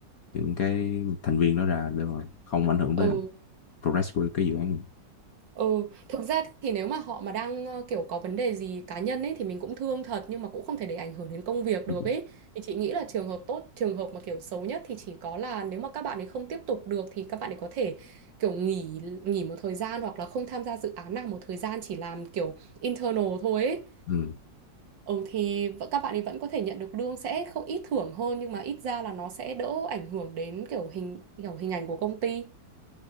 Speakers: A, on the left; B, on the right.
A: những cái thành viên đó ra để mà không ảnh hưởng tới
B: Ừ.
A: progress của cái dự án
B: Ừ. Thực ra thì nếu mà họ mà đang ờ, kiểu có vấn đề gì cá nhân ấy thì mình cũng thương thật nhưng mà cũng không thể để ảnh hưởng đến công việc
A: ừ.
B: được ấy. Thì chị nghĩ là trường hợp tốt, trường hợp mà kiểu xấu nhất thì chỉ có là nếu mà các bạn ấy không tiếp tục được thì các bạn ấy có thể kiểu nghỉ nghỉ một thời gian hoặc là không tham gia dự án nào một thời gian chỉ làm kiểu internal thôi ấy.
A: Ừ.
B: Ừ thì v- các bạn ấy vẫn có thể nhận được lương sẽ không ít thưởng hơn nhưng mà ít ra là nó sẽ đỡ ảnh hưởng đến kiểu hình kiểu hình ảnh của công ty.